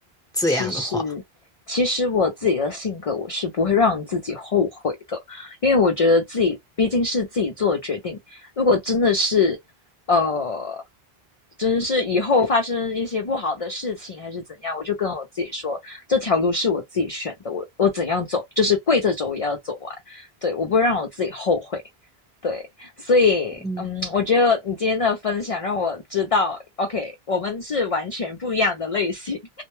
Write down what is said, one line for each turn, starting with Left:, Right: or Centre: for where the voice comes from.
Centre: 这样的话，
Left: 其实，其实我自己的性格，我是不会让自己后悔的，因为我觉得自己毕竟是自己做的决定。如果真的是，呃，真的是以后发生一些不好的事情还是怎样，我就跟我自己说，这条路是我自己选的，我我怎样走，就是跪着走也要走完。对，我不会让我自己后悔。对，所以，
Centre: 嗯，
Left: 嗯，我觉得你今天的分享让我知道，OK，我们是完全不一样的类型。